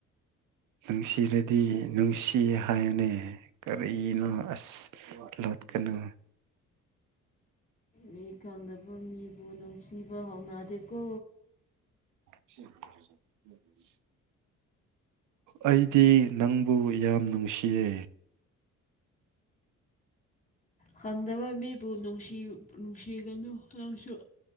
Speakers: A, on the right (about 85°); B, on the left (about 25°).
A: ꯅꯨꯡꯁꯤꯔꯗꯤ ꯅꯨꯡꯁꯤ ꯍꯥꯏꯌꯨꯅꯦ ꯀꯔꯤꯅꯣ ꯑꯁ ꯂꯣꯠꯒꯅꯨ
B: ꯃꯤ ꯈꯪꯗꯕ ꯃꯤꯕꯨ ꯅꯨꯡꯁꯤꯕ ꯍꯥꯎꯅꯗꯦꯀꯣ
A: ꯎꯝ <unintelligible> ꯑꯩꯗꯤ ꯅꯪꯕꯨ ꯌꯥꯝ ꯅꯨꯡꯁꯤꯌꯦ
B: ꯈꯪꯗꯕ ꯃꯤꯕꯨ ꯅꯨꯡꯁꯤ ꯅꯨꯡꯁꯤꯒꯅꯨ ꯅꯪꯁꯨ